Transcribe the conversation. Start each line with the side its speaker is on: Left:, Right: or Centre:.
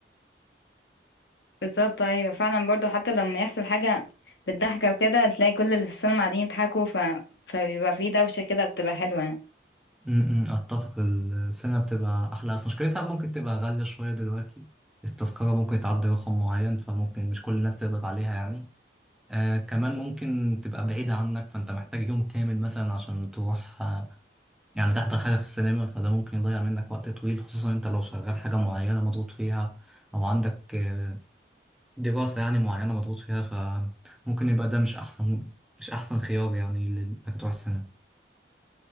Left: بالظبط ايوه فعلا برضو حتى لما يحصل حاجه بالضحكه وكده تلاقي كل اللي في السينما قاعدين يضحكوا ف... فبيبقى في دوشه كده بتبقى حلوه يعني
Centre: م- م، أتفق السينما بتبقى أحلى بس مشكلتها ممكن تبقى غالية شوية دلوقتي التذكرة ممكن تعدي رقم معين فممكن مش كل الناس تقدر عليها يعني آه كمان ممكن تبقى بعيدة عنك فأنت محتاج يوم كامل مثلا عشان تروح آه يعني تحضر حاجة في السينما فده ممكن يضيع منك وقت طويل خصوصا أنت لو شغال حاجة معينة مضغوط فيها أو عندك آه دراسة يعني معينة مضغوط فيها فممكن يبقى ده مش أحسن مش أحسن خيار يعني لل- إنك تروح السينما